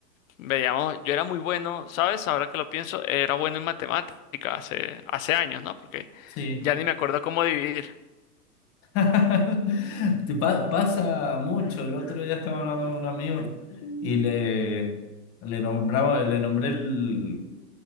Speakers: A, on the left (about 55°); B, on the left (about 30°).
A: veíamos, yo era muy bueno, ¿sabes? Ahora que lo pienso, era bueno en matemáticas hace, hace años, ¿no? Porque
B: Sí.
A: ya ni me acuerdo cómo dividir.
B: <laughs> Te pa- pasa mucho. El otro día estaba hablando con un amigo y le, le nombraba, le nombré el